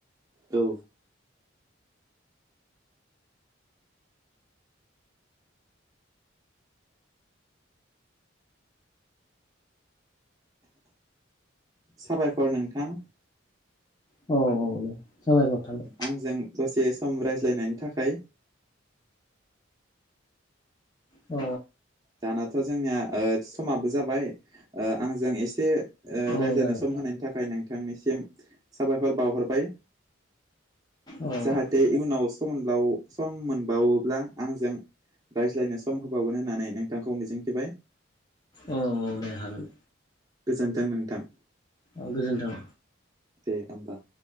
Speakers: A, on the right; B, on the left.
A: औ। साबायखर नोंथां।
B: औ औ दे साबायहर थाबाय।
A: आंजों दसे सम रायज्लायनायनि थाखाय
B: अ
A: दानाथ' जोंनिया ओ समाबो जाबाय ओ आंजों एसे ओ
B: औ
A: रायज्लायनो
B: औ जाबाय
A: सम होनायनि थाखाय नोंथांनिसिम साबायखर बावहरबाय।
B: औ
A: जाहाथे इउनाव सम मोनब्लाव सम मोनबावोब्ला आंजों रायज्लायनो सम होबावगोन होननानै नों थांखौ मिजिंथिबाय।
B: औ औ दे हागोन।
A: गोजोन्थों नोंथां।
B: अ गोजोन्थों।
A: दे होमबा।